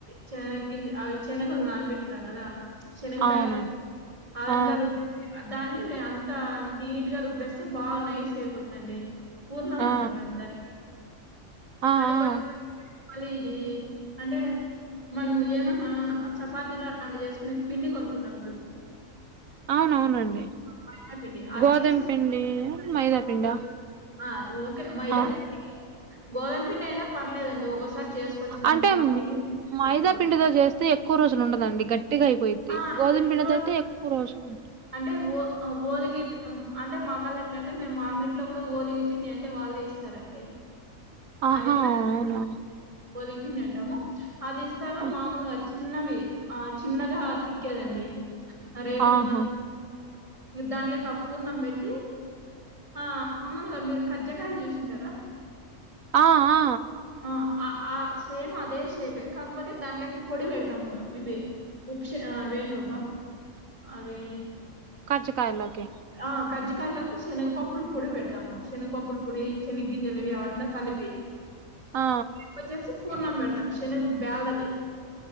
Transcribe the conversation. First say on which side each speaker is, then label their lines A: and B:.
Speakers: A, on the right; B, on the right.
A: చెన్న గింజ అవి <unintelligible> నాన <unintelligible> కదా శనగ
B: అవునండి.
A: బ్యాలు <unintelligible>
B: ఆ!
A: దాన్ని అంత నీట్గా రుబ్బేస్తే బాగ నైస్గా అయిపోతుందండి పూర్ణమం
B: ఆ!
A: అంటాం మేము దాన్ని
B: ఆ!
A: <unintelligible>
B: ఆ!
A: <unintelligible> ఇది అంటే మనము ఏమన్నా చపాతీలు అట్లాంటి చేసు పిండి కొనుకు <unintelligible>
B: అవునవునండి
A: మైదాపిండి అది
B: గోధుమ పిండి, మైదా
A: <unintelligible>
B: పిండా?
A: ఓకే మైదాపిండి
B: ఆ!
A: గోదామ పిండి అయిన పర్లేదండి <unintelligible> మనకి
B: అంటే
A: ఇంకా పిండి లేనప్పుడు
B: మైదా పిండితో చేస్తే <unintelligible> ఎక్కువ రోజులు ఉండదండి గట్టిగా అయిపోయిద్ది
A: ఆ
B: గోదాం
A: ఎక్కువ
B: <unintelligible>
A: రోజు
B: ఎక్కువ రోజులుం
A: అంటే ఓ ఓలిగి అంటే మా కాళ్ళ ఎట్ల అంటే మేము అంగట్లో కూడా ఓలిగి పిండి అంటే వాళ్ళే సరండి
B: ఆహా
A: అది కూడ
B: అవునా
A: ఒలిగి పిండి అంటాము అది ఇస్తారు
B: ఆ!
A: మామూలుగ చిన్నవి ఆ చిన్నగా తిక్కేదండి రేకులు
B: ఆహా
A: మా మీ దాని లేకి పూర్ణం పెట్టి ఆ మామలుగా మీరు <unintelligible> జకాయలు చేూసింటారా
B: ఆ ఆ
A: ఆ ఆ ఆ సేమ్ అదే షేపే కాకపోతే దానిలేక పొడి పెడతాము ఇవి ఉప్ష ఆ వెంటి బబ్బా అరే
B: కజ్జికాయల్లోకి
A: ఆ కజ్జికాయలోకి శనగపప్పుల పొడి పెడతాము శనగపప్పుల పొడి శనగ్గిందేలువి అవంతా కలిపి
B: ఆ
A: వ చేసి పూర్ణం పెడతాం శనగ బేళ్ళది